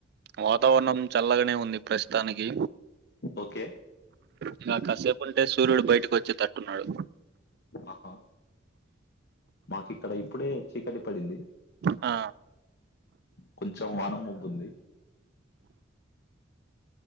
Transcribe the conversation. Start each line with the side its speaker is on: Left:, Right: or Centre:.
Right: వాతావరణం చల్లగానే ఉంది ప్రస్తుతానికి,
Left: ఓకే.
Right: ఇక కాసేపు ఉంటే సూర్యుడు బయటకు వచ్చి తట్టున్నాడు.
Left: ఆహా మాకు ఇక్కడ ఇప్పుడే చీకటి పడింది.
Right: ఆ
Left: కొంచెం వానం ముబ్బుంది.